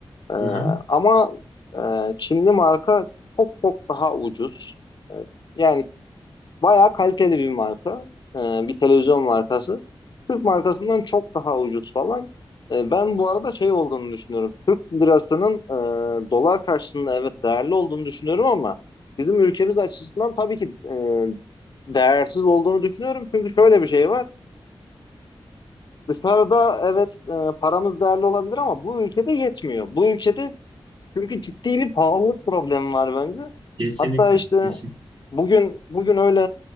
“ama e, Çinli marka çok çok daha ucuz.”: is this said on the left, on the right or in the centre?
Left